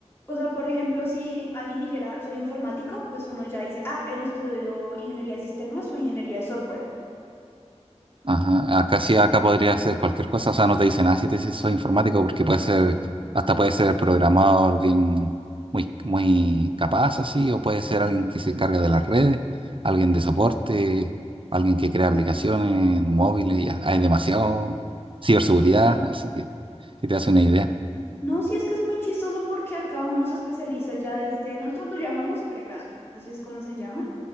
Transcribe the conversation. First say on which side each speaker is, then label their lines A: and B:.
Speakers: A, on the left (about 20°); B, on the right (about 50°).
A: o sea, por ejemplo, si alguien dijera soy informático, pues uno ya dice, ah, él estudió ingeniería de sistemas o ingeniería de software.
B: Ajá, acá sí, acá podría ser cualquier cosa, o sea, no te dice nada si te dices soy informático, porque puede ser, hasta puede ser programador bien, muy, muy capaz así, o puede ser alguien que se encarga de las redes, alguien de soporte, alguien que crea aplicaciones móviles, ya, hay demasiado ciberseguridad, así que, que te das una idea,
A: No, sí es que es muy chistoso porque acá uno se especializa ya desde, nosotros lo llamamos pregrado, así es como se llama.